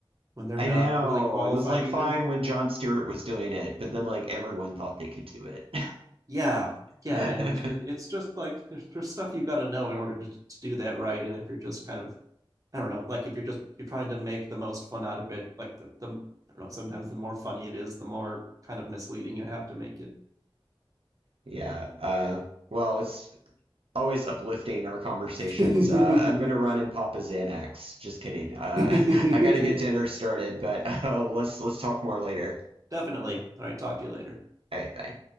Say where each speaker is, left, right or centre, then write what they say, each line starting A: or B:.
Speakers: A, on the right; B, on the right.
A: when they're
B: I
A: not
B: know.
A: really qualified
B: It was like
A: either
B: fine when John Stewart was doing it, but then like everyone thought they could do it.
A: yeah yeah
B: <laughs>
A: and it, it's just like there's, there's stuff you got to know in order to, to do that right and if you're just kind of I don't know, like if you're just you're trying to make the most fun out of it, like the the I don't know, sometimes the more funny it is, the more kind of misleading you have to make it.
B: Yeah. Uh, well, it's always uplifting our conversations.
A: <laughs>
B: Uh, I'm gonna run and pop a Xanax. Just kidding. Uh,
A: <laughs>
B: <laughs> I gotta get dinner started, but <laughs> uh, let's let's talk more later.
A: Definitely. All right, talk to you later.
B: All right, bye.